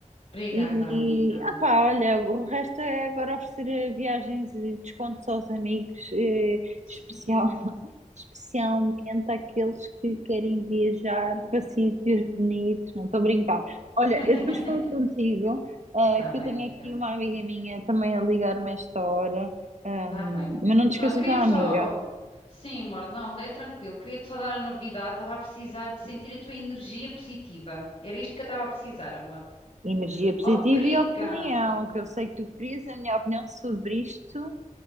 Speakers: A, on the left (about 55°); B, on the right (about 60°).
A: Obrigada,
B: E,
A: amiga.
B: ah pá, olha, o resto é agora oferecer viagens e descontos aos amigos, eh,
A: Sim.
B: especial, <laughs> especialmente àqueles que querem viajar para sítios bonitos. Não estou a brincar. Olha,
A: <laughs>
B: eu depois falo contigo, ah,
A: Tá
B: que
A: bem,
B: eu tenho
A: amiga.
B: aqui uma amiga minha também a ligar-me a esta hora, Ah,
A: Tá bem.
B: mas não te esqueças
A: Pronto, queria-te
B: da amiga.
A: só. Sim, amor, não, é tranquilo. Queria-te só dar a novidade. Estava a precisar de sentir a tua energia positiva. Era isto que eu estava a precisar, amor.
B: Energia positiva
A: Obrigada.
B: e opinião, que eu sei que tu querias a minha opinião sobre isto.